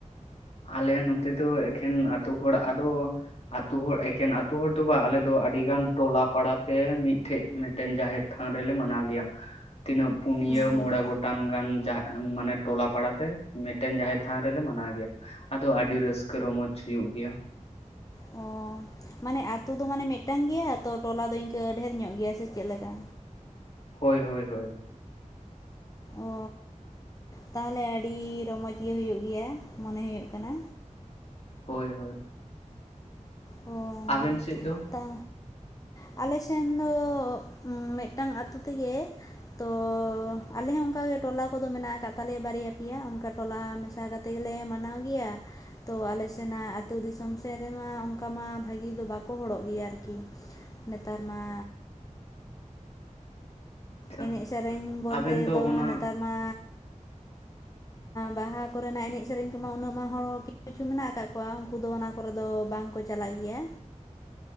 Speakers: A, on the left; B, on the left.
A: ᱟᱞᱮ ᱱᱚᱛᱮ ᱫᱚ ᱮᱠᱷᱮᱱ ᱟᱹᱛᱩ ᱦᱚᱲ ᱟᱫᱚ ᱟᱹᱛᱩ ᱦᱚᱲ ᱮᱠᱷᱮᱱ ᱟᱛ ᱟᱹᱛᱩ ᱦᱚᱲ ᱫᱚ ᱵᱟ ᱟᱞᱮᱫᱚ ᱟᱹᱰᱤ ᱜᱟᱱ ᱴᱚᱞᱟ ᱯᱟᱲᱟᱛᱮ ᱢᱤᱫᱴᱷᱮᱡ ᱢᱤᱫᱴᱮᱱ ᱡᱟᱦᱮᱨ ᱛᱷᱟᱱ ᱨᱮᱞᱮ ᱢᱟᱱᱟᱣ ᱜᱮᱭᱟ᱾ ᱛᱤᱱᱟᱹᱜ ᱯᱩᱱᱭᱟᱹ
B: ᱦᱮᱸ
A: ᱢᱚᱬᱮ ᱜᱚᱴᱟᱝ ᱜᱟᱱ ᱡᱟᱦ ᱢᱟᱱᱮ ᱴᱚᱞᱟ ᱯᱟᱲᱟ ᱛᱮ ᱢᱤᱫᱴᱮᱱ ᱡᱟᱦᱮᱨ ᱛᱷᱟᱱ ᱨᱮᱞᱮ ᱢᱟᱱᱟᱣ ᱜᱮᱭᱟ᱾ ᱟᱫᱚ ᱟᱹᱰᱤ ᱨᱟᱹᱥᱠᱟᱹ ᱨᱚᱢᱚᱪ ᱦᱩᱭᱩᱜ ᱜᱮᱭᱟ᱾
B: ᱚ ᱢᱟᱱᱮ ᱟᱛᱩ ᱫᱚ ᱢᱟᱱᱮ ᱢᱤᱫᱴᱟᱝ ᱜᱮᱭᱟ ᱛᱚ ᱴᱚᱞᱟ ᱫᱚ ᱤᱱᱠᱟᱹ ᱰᱷᱮᱨ ᱧᱚᱜ ᱜᱮᱭᱟ ᱥᱮ ᱪᱮᱫ ᱞᱮᱠᱟ?
A: ᱦᱳᱭ ᱦᱳᱭ ᱦᱳᱭ᱾
B: ᱚ ᱛᱟᱦᱚᱞᱮ ᱟᱹᱰᱤ ᱨᱚᱢᱚᱡᱽ ᱜᱮ ᱦᱩᱭᱩᱜ ᱜᱮᱭᱟ ᱢᱚᱱᱮ ᱦᱩᱭᱩᱜ ᱠᱟᱱᱟ᱾
A: ᱦᱳᱭ᱾ ᱦᱳᱭ
B: ᱚ᱾
A: ᱟᱵᱮᱱ ᱥᱮᱫ ᱫᱚ?
B: ᱛᱟ ᱟᱞᱮ ᱥᱮᱱ ᱫᱚ ᱢᱤᱫᱴᱟᱝ ᱟᱛᱳ ᱛᱮᱜᱮ᱾ ᱛᱚ ᱟᱞᱮ ᱦᱚᱸ ᱚᱱᱠᱟᱟᱜᱮ ᱴᱚᱞᱟ ᱠᱚᱫᱚ ᱢᱮᱱᱟᱜ ᱟᱠᱟᱫ ᱛᱟᱞᱮᱭᱟ ᱵᱟᱨᱭᱟ ᱯᱮᱭᱟ ᱚᱱᱠᱟ ᱴᱚᱞᱟ ᱢᱮᱥᱟ ᱠᱟᱛ ᱛᱮᱜᱮᱞᱮ ᱢᱟᱱᱟᱣ ᱜᱮᱭᱟ᱾ ᱛᱚ ᱟᱞᱮ ᱥᱮᱱᱟᱜ ᱟᱹᱛᱩ ᱫᱤᱥᱚᱢ ᱥᱮᱫ ᱨᱮᱢᱟ ᱚᱱᱠᱟ ᱢᱟ ᱵᱷᱟᱹᱜᱤ ᱫᱚ ᱵᱟᱠᱚ ᱦᱚᱲᱚᱜ ᱜᱮᱭᱟ ᱟᱨᱠᱤ᱾ ᱱᱮᱛᱟᱨ ᱢᱟ
A: ᱟᱪᱪᱷᱟ
B: ᱮᱱᱮᱡ ᱥᱮᱨᱮᱧ ᱵᱚᱞᱛᱮ
A: ᱟᱵᱮᱱ
B: ᱫᱚ
A: ᱚᱱᱟ
B: ᱱᱮᱛᱟᱨ ᱢᱟ ᱵᱟᱦᱟ ᱠᱚᱨᱮᱱᱟᱜ ᱮᱱᱮᱡ ᱥᱮᱨᱮᱧ ᱠᱚᱢᱟ ᱩᱱᱟᱹᱜ ᱢᱟ ᱦᱚᱲ ᱦᱚᱸ ᱠᱚ ᱠᱤᱪᱷᱩ ᱢᱮᱱᱟᱜ ᱟᱠᱟᱫ ᱠᱚᱣᱟ ᱩᱱᱠᱩ ᱫᱚ ᱚᱱᱟ ᱠᱚᱨᱮ ᱫᱚ ᱵᱟᱝ ᱠᱚ᱾ ᱪᱟᱞᱟᱜ ᱜᱮᱭᱟ᱾